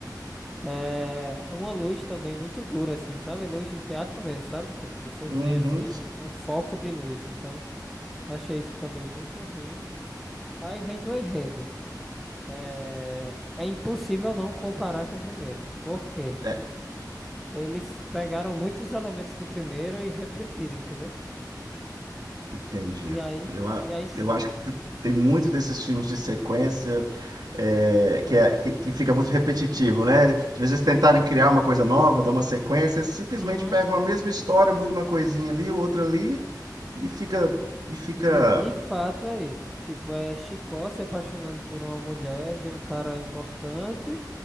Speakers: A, in the centre; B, on the right (about 65°).
A: É uma luz também muito dura, assim, sabe? Luz de teatro mesmo, sabe? Tipo, você
B: uhum.
A: vê assim um, um foco de luz, então achei isso também muito ruim. Aí vem do enredo. É, é impossível não comparar com o primeiro. Por quê?
B: É,
A: Eles pegaram muitos elementos do primeiro e repetiram, entendeu?
B: Entendi.
A: E aí,
B: Eu, a-
A: e aí, s-
B: eu acho que t- tem muito desses filmes de sequência é, que, é- que, que fica muito repetitivo, né? De vezes tentarem criar uma coisa nova, dar uma sequência, eles simplesmente
A: uhum.
B: pegam a mesma história, mudam uma coisinha ali, outra ali, e fica, e fica.
A: E de fato é isso. Tipo, é Chicó se apaixonando por uma mulher de um cara importante.